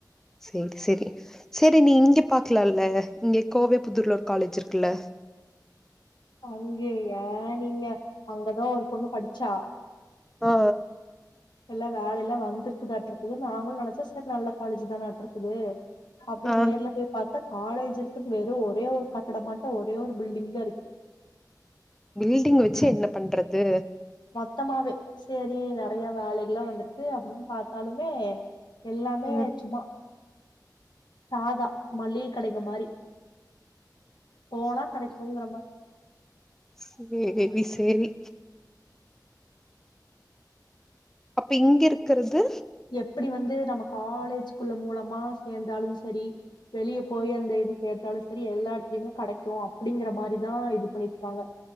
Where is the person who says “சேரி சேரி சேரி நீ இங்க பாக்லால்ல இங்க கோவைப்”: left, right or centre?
Centre